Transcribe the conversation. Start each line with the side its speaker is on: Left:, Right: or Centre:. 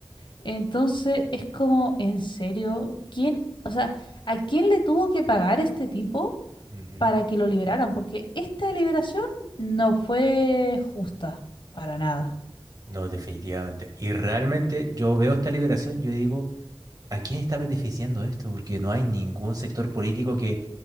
Left: Entonces es como, ¿en serio? ¿Quién, o sea, a quién le tuvo que pagar este tipo
Right: Ujú.
Left: para que lo liberaran? Porque esta liberación no fue justa para nada.
Right: No, definitivamente. Y realmente yo veo esta liberación, yo digo, ¿a quién está beneficiando esto? Porque no hay ningún sector político que